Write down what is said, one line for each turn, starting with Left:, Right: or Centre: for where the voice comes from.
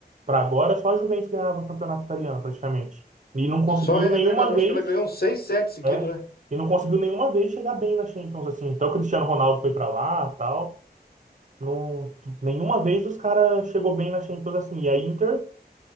Right: para agora, só a Juventus ganhava o campeonato italiano praticamente. E não conseguiu
Left: Só é,
Right: nenhuma
Left: é verdade, eu
Right: vez,
Left: acho que ela ganhou uns 6, 7 seguidos,
Right: é,
Left: né?
Right: e não conseguiu nenhuma vez chegar bem na Champions assim. Então o Cristiano Ronaldo foi para lá, tal, não nenhuma vez os caras chegou bem na Champions assim. E a Inter